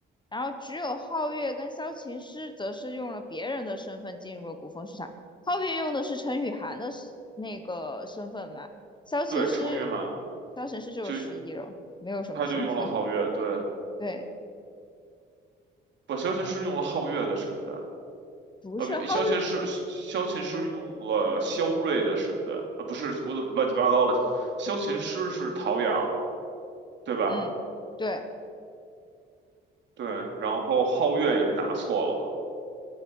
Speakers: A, on the left; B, on the right.
A: 然后只有皓月跟萧琴师则是用了别人的身份进入了古风市场。皓月用的是陈雨涵的那个身份嘛，萧琴师，
B: 对，程昱汉
A: 萧琴师就是失忆了，
B: 就
A: 没有什么身份。
B: 他就用了皓月，对，
A: 对，
B: 不，萧琴师用了皓月的身份，
A: 不是皓月，
B: 啊！不，萧琴师萧琴师用了萧睿的身份，啊，不是，我怎么乱七八糟了？萧琴师是陶阳，对吧？
A: 嗯，对
B: 对，然后皓月也是拿错了嘛？